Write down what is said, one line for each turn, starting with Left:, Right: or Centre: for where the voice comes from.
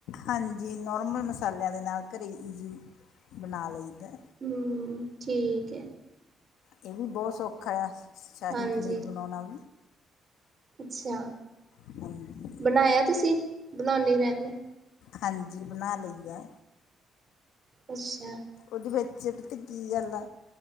Left: ਹਾਂਜੀ, ਨੌਰਮਲ ਮਸਾਲਿਆਂ ਦੇ ਨਾਲ ਘਰੇ ਈਜੀ ਬਣਾ ਲਈਦਾ।
Right: ਹੂੰ, ਠੀਕ ਐ।
Left: ਇਹ ਵੀ ਬੋਤ ਸੌਖਾ ਯਾ, ਸ਼ਾਹੀ-ਪਨੀਰ
Right: ਹਾਂਜੀ
Left: ਬਣਾਉਣਾ।
Right: ਅੱਛਾ
Left: ਹਾਂਜੀ
Right: ਬਣਾਇਆ ਤੁਸੀਂ ਬਣੋਨੇ ਈ ਰੇਨੇ
Left: ਹਾਂਜੀ ਬਣਾ ਲਈ ਦਾ।
Right: ਅੱਛਾ
Left: ਓਦੇ ਵਿੱਚ ਪਤਾ ਕੀ ਗੱਲ ਆ